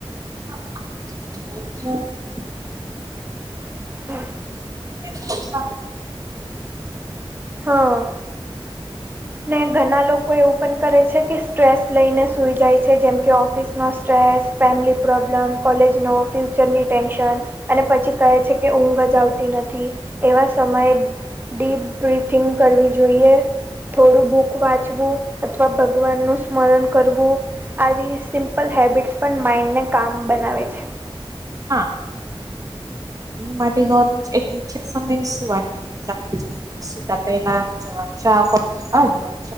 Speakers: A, on the right (about 35°); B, on the right (about 20°).
A: હા <unintelligible>
B: હમ.
A: <unintelligible>
B: હા. ને ઘણા લોકો એવું પણ કરે છે કે, સ્ટ્રેસ લઈને સૂઈ જાય છે, જેમ કે ઓફિસનો સ્ટ્રેસ. ફેમલી પ્રોબ્લમ, કોલેજનો, ફ્યુચરની ટેન્શન. અને પછી કહે છે કે, ઊંઘ જ આવતી નથી એવા સમયે. ડીપ બ્રીિથિંગ કરવી જોઈએ. થોડું બુક વાંચવું અથવા ભગવાન નું સ્મરણ કરવું. આવી સિમ્પલ હેબિટ્સ પણ માઈન્ડને કામ બનાવે છે.
A: એ માટે દરરોજ એક નિશ્ચિત સમય સુવા રાખવું જોઈએ, સૂતા પહેલા ચા પીવા હોય.